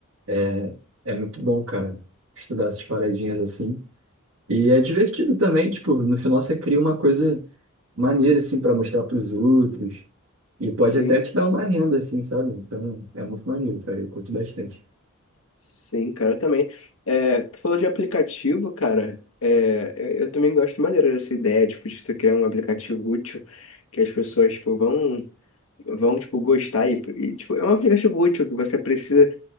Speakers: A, on the right; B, on the left.
A: é, é muito bom, cara, estudar essas paradinhas assim. E é divertido também, tipo, no final você cria uma coisa maneira, assim, pra mostrar pros outros. E pode
B: Sim,
A: até te dar uma renda, assim, sabe? Então, é muito maneiro, cara, eu curto bastante.
B: sim, cara, também. É, tu falou de aplicativo, cara. É, eu, eu também gosto maneiro dessa ideia, tipo, de tu criar um aplicativo útil que as pessoas, tipo, vão, vão, tipo, gostar. E, e, tipo, é um aplicativo útil que você precisa